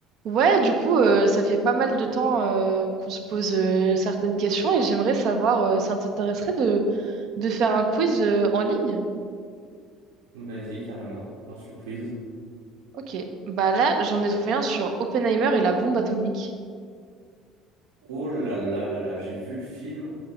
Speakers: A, on the right; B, on the right.
A: Ouais, du coup, euh, ça fait pas mal de temps euh, qu'on se pose euh, certaines questions et j'aimerais savoir, euh, ça t'intéresserait de, de faire un quiz euh, en ligne?
B: Vas-y, carrément, lance le quiz.
A: Ok. Bah là, j'en ai trouvé un sur Oppenheimer et la bombe atomique.
B: Oh là là là là, j'ai vu le film,